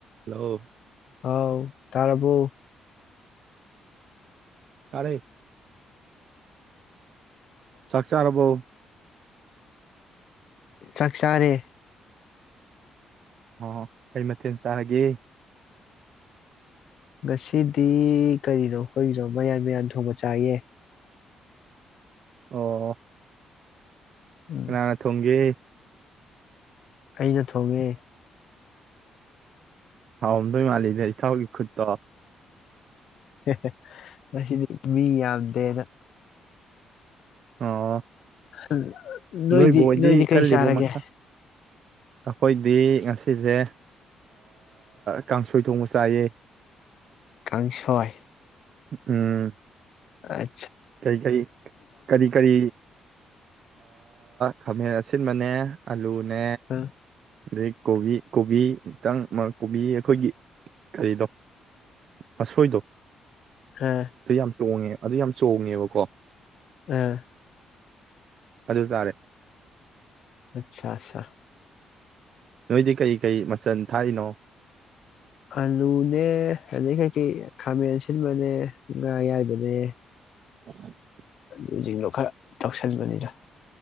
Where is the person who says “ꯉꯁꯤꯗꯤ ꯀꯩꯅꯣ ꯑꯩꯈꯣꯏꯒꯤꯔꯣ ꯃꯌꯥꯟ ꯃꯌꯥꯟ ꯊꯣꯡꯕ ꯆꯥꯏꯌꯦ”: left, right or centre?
Left